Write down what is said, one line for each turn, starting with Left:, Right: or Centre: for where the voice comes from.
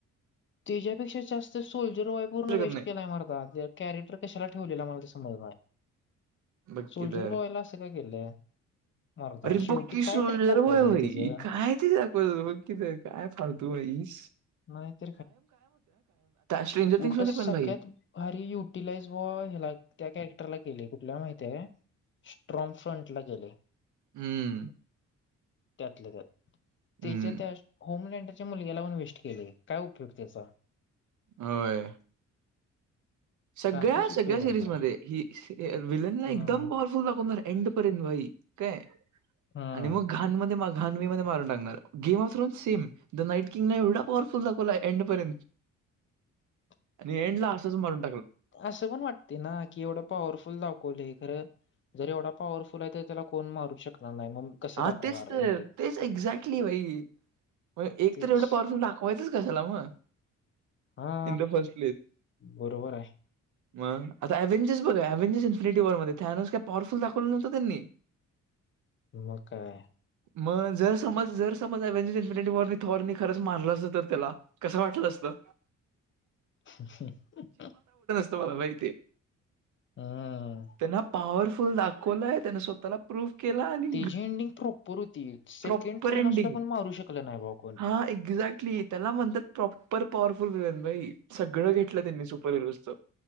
Left: त्याच्यापेक्षा जास्त सोल्जर वाय पूर्ण
Right: शकत
Left: वेस्ट
Right: नाही.
Left: केलाय मारता कॅरेटर कशाला ठेवलेला मार ज
Right: बघ
Left: सुलजर
Right: की तर
Left: बवायला असं का केलंय मर्दा
Right: अरे
Left: शेवटी
Right: पक्की
Left: काय
Right: सरयई
Left: तरी दाखवायचं रे त्याचं
Right: काय त दाखव मकीि काय फालतू तेस
Left: नाहीत
Right: स्ट्रेंजर थिंग्स
Left: उलट
Right: मध्ये
Left: सगळ्यात
Right: पण भाई
Left: भारी युटिलाइज वला त्या कॅरेक्टरला केली कुठल्या माहिे स्ट्रॉग फ्रंट ला केले
Right: हम्म
Left: त्यातल्या त्यात त्याच्या
Right: हम्म
Left: त्या होम रलेंडच्या मुलग्याला पण वेस्ट केले काय उपयोग त्याचा
Right: होय सगळ्या
Left: काहीच
Right: सगळ्या
Left: उपयोग झाला
Right: सिरीजमध्ये
Left: नाही
Right: ही विलन ला एकदम
Left: हम्म
Right: पॉवरफुल दाखवणार एंड पर्यंत भाई काय
Left: हम्म
Right: आणि मग घणमध्येध्ये माग घानवी मध्ये मारून टाकणार गेम ऑफून सेम द नाईट किंग ना एवढा पॉवरफुल दाखवला एंड पर्यंत
Left: ह
Right: आणि एंडला असंच मरून
Left: असं पण वाटते ना कि एवढं पॉवरफुल दाखवले खरं जरी एवढापावर फुलाय तर त्याला कोण मारू शकणार नाही मग कसं
Right: हा
Left: दाखवणार
Right: तेच तर
Left: एंडिंग
Right: तेच एक्झॅक्टली भाई मग एक
Left: तेच
Right: तर एवढं पॉवरफुल दाखवायचंच कशाला मग
Left: हा
Right: इन द फर्स्ट
Left: बरोबर आहे
Right: म आता ऍव्ंजर्स बघा व्ंजस इन्फिटी वरध्येनस काही पॉवरफुल दाव नव्हत त्यांनी
Left: म म काय
Right: मग जर समज जर समज अव्ंजर इन्फिनिट वॉ थॉर्नी खरंच मारलं असत तर त्याला कसं वाटलं असतं
Left: <unintelligible>
Right: ला माहि
Left: हम्म
Right: त्यांना पॉवरफुल दाखवलंय त्यांना स्वतःला के आणि
Left: त्याची एंडिंग प्रॉपर होती सेकंड
Right: प्रॉपर
Left: थायनॉसला
Right: एंडिंग
Left: पण मारू शकलं नाही भाऊ कोण
Right: हा ए क्झॅक्टली त्याला म्हणतात प्रॉपर पॉवरफुलन बा सगळं घेतलं त्यांनी सुपर हिरोजचं